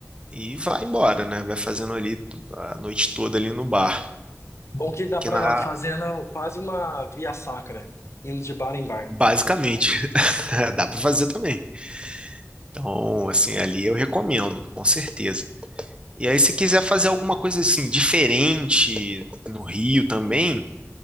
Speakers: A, on the right; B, on the left.
A: e vai embora, né? Vai fazendo ali a noite toda ali no bar,
B: Bom que dá
A: que
B: pra
A: na
B: fazendo quase uma via sacra, indo de bar em bar.
A: basicamente <laughs> dá para fazer também. Então, assim, ali eu recomendo, com certeza. E aí, se quiser fazer alguma coisa assim diferente no Rio também,